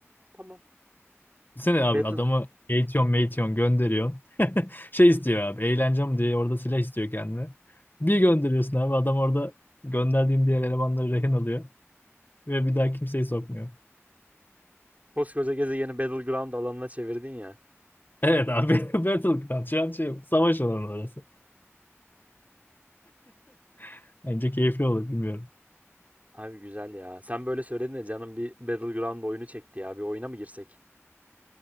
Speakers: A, on the right; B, on the left.
A: Tamam.
B: Düşünsene abi
A: Battle,
B: adamı eğitiyor meğitiyor gönderiyor. <laughs> Şey istiyor abi. Eğlencem diye orada silah istiyor kendine. Bir gönderiyorsun abi. Adam orada gönderdiğin diğer elemanları rehin alıyor. Ve bir daha kimseyi sokmuyor.
A: koskoca gezegeni Battleground alanına çevirdin ya.
B: Evet abi. <laughs> Battleground. Şu an şey, savaş alanı orası. <laughs> Bence keyifli olur bilmiyorum.
A: Abi güzel ya. Sen böyle söyledin de canım bir Battleground oyunu çekti ya. Bir oyuna mı girsek?